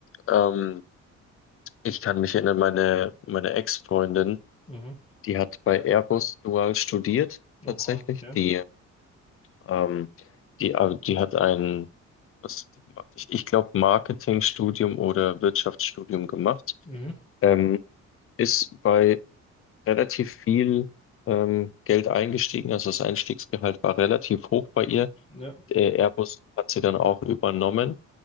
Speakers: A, on the left (about 45°); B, on the left (about 20°).
A: Ähm, ich kann mich erinnern, meine, meine Ex-Freundin,
B: Mhm.
A: die hat bei Airbus dual studiert, tatsächlich.
B: Oha, okay.
A: Die, ähm, die, äh, die hat ein, was, hat die gemacht? ich, ich glaube, Marketingstudium oder Wirtschaftsstudium gemacht.
B: Mhm.
A: Ähm, ist bei relativ viel ähm, Geld eingestiegen. Also das Einstiegsgehalt war relativ hoch bei ihr.
B: Ja,
A: Der Airbus hat sie dann auch übernommen